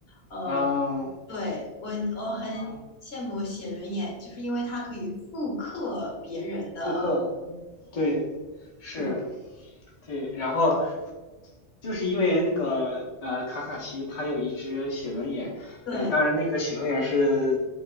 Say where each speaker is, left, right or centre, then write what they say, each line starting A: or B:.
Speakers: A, on the left; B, on the left.
A: 呃。
B: 啊
A: 对，我我很
B: 啊，
A: 羡慕写轮眼，就是因为它可以复刻别人的，
B: 布克，对是，
A: 对
B: 对，然后就是因为那个呃，卡卡西他有一只写轮眼，
A: 对
B: 呃，当然那个写轮眼是